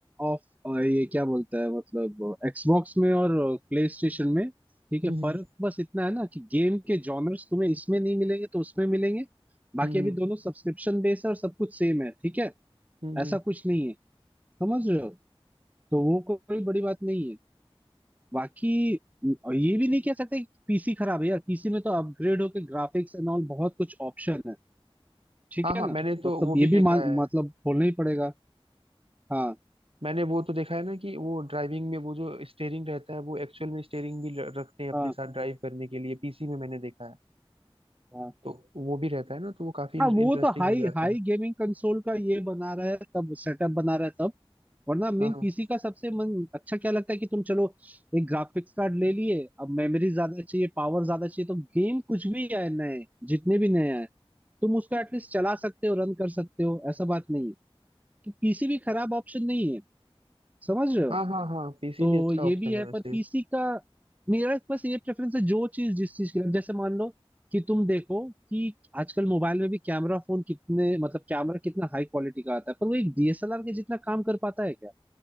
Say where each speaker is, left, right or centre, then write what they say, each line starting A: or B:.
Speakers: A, on the right; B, on the right.
A: ऑफ अ, ये क्या बोलता है मतलब एक्सबॉक्स में और प्ले स्टेशन में ठीक है
B: हम्म
A: फर्क
B: हम्म
A: बस इतना है ना कि गेम के जॉनर्स तुम्हें इसमें नहीं मिलेंगे तो उसमें मिलेंगे बाकी
B: हम्म
A: अभी
B: हम्म
A: दोनों सब्सक्रिप्शन बेस है और सब कुछ सेम है ठीक है
B: हम्म, हम्म।
A: ऐसा कुछ नहीं है समझ रहे हो तो वो कोई बड़ी बात नहीं है बाकी और ये भी नहीं कह सकते कि पीसी खराब है यार पीसी में तो अपग्रेड होके ग्राफिक्स एंड ऑल बहुत कुछ ऑप्शन है ठीक
B: हाँ हाँ
A: है ना
B: मैंने तो
A: मतलब
B: वो
A: ये
B: भी
A: भी
B: देखा
A: मान
B: है
A: मतलब बोलना ही पड़ेगा हाँ
B: मैंने वो तो देखा है ना कि वो ड्राइविंग में वो जो स्टेयरिंग रहता है वो एक्चुअल में स्टेयरिंग भी ल- रखते हैं अपने
A: हाँ
B: साथ ड्राइव करने के लिए पीसी में मैंने देखा है
A: हाँ।
B: तो वो भी रहता है ना तो वो काफी
A: हाँ वो
B: इंटरेस्टिंग
A: तो हाई
B: हो जाता
A: हाई
B: है
A: गेमिंग कंसोल का ये बना रहा है तब सेटअप बना रहा है तब वरना मेन
B: हाँ हाँ
A: पीसी का सबसे मन अच्छा क्या लगता है कि तुम चलो एक ग्राफिक्स कार्ड ले लिए अब मेमोरी ज्यादा चाहिए पावर ज्यादा चाहिए तो गेम कुछ भी आए नए जितने भी नए आए तुम उसको एटलीस्ट चला सकते हो रन कर सकते हो ऐसा बात नहीं है तो पीसी भी खराब ऑप्शन नहीं है समझ रहे हो
B: हाँ हाँ हाँ पीसी
A: तो
B: भी अच्छा
A: ये
B: ऑप्शन
A: भी है
B: है वैसे
A: पर पीसी का मेरा बस ये प्रेफरेंस है जो चीज जिस चीज के लिए जैसे मान लो कि तुम देखो कि आजकल मोबाइल में भी कैमरा फोन कितने मतलब कैमरा कितना हाई क्वालिटी का आता है पर वो एक डीएसएलआर के जितना काम कर पाता है क्या